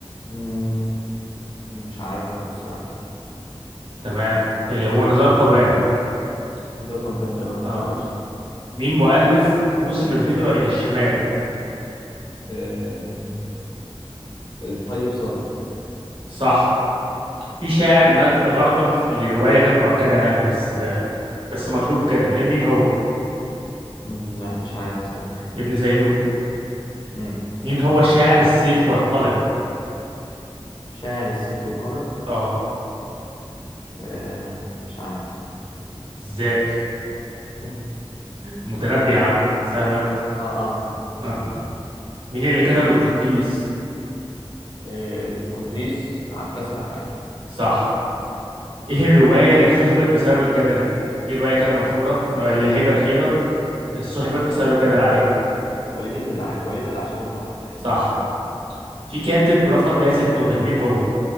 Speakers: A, on the left (about 50°); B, on the right (about 65°).
A: مم، مش عارف برضه الصراحة
B: تمام هي هو نزار قباني
A: نزار قباني اه
B: اه
A: ماشي
B: مين مؤلف موسم الهجرة إلى الشمال
A: آه، الطيب صالح
B: صح في شاعر مات غرقا في رواية غير مؤكدة يعني بس بس مشهور بكده مين هو
A: مم، لا مش عارف بصراحة
B: ابن زيدون
A: مم،
B: مين
A: طيب.
B: هو شاعر السيف والقلم
A: شاعر السيف والقلم
B: اه
A: آه، مش عارف
B: ازاي
A: <laughs>
B: متنبي يا عم سهلة أوي.
A: اه اه صح
B: اه
A: صح
B: مين اللي كتب القديس
A: آه، القديس عباس العقاد
B: صح ايه الرواية اللي سحبت بسبب الجدل في رواية كده مشهورة اللي حيدر حيدر سحبت بسبب
A: اه
B: الجدل عليه
A: وليمة الع... وليمة الأعشاب البحر تقريبا
B: صح في كاتب رفض جائزة نوبل مين هو